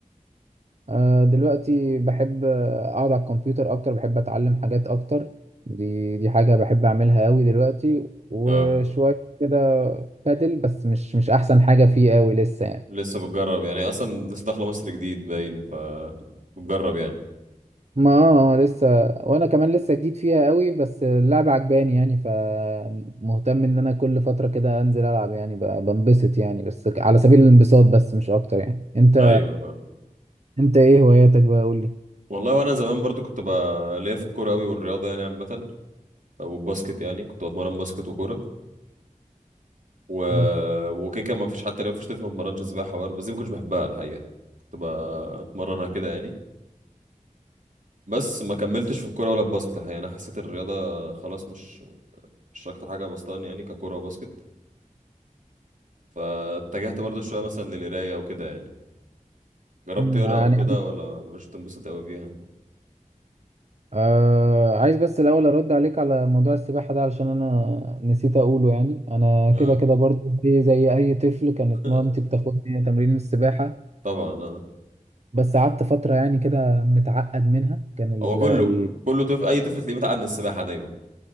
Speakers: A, on the right; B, on the right.
A: آه، دلوقتي بحب آه، اقعد على الكمبيوتر اكتر بحب اتعلم حاجات اكتر دي دي حاجة بحب اعملها قوي دلوقتي وشوية
B: اه
A: كده بادل بس مش مش احسن حاجة فيه قوي لسه يعني
B: لسه بتجرب يعني هي اصلا لسه داخله مصر جديد باين ف بتجرب يعني
A: ما آه، لسه وانا كمان لسه جديد فيها قوي بس اللعبة عجباني يعني فمهتم ان انا كل فترة كده انزل العب يعني ب- بنبسط يعني بس على سبيل الانبساط بس مش اكتر يعني انت
B: ايوه ف...
A: انت ايه هواياتك بقى قول لي
B: والله وانا زمان برضو كنت بقى ليا في الكوره قوي والرياضه يعني عامه والباسكت يعني كنت بتمرن باسكت وكوره و...
A: مم.
B: وكده كان ما فيش حتى ما فيش طفل ما اتمرنش سباحه برضه بس دي ما كنتش بحبها الحقيقه كنت بتمرنها كده يعني بس ما كملتش في الكوره ولا الباسكت الحقيقه يعني انا حسيت الرياضه خلاص مش مش اكتر حاجه بسطاني يعني ككوره وباسكت فاتجهت برضو شويه مثلا للقرايه وكده يعني جربت
A: مم،
B: تقرا
A: يعني
B: او كده ولا مش تنبسط قوي فيها
A: آه عايز بس الأول أرد عليك على موضوع السباحة ده علشان أنا نسيت أقوله يعني أنا
B: اه
A: كده كده برضو زي زي أي طفل كانت
B: <laughs>
A: مامتي بتاخدني تمرين السباحة
B: طبعا اه
A: بس قعدت فترة يعني كده متعقد منها كان ال
B: هو كله
A: ال
B: كله طفل اي طفل تلاقيه متعقد من السباحه دايما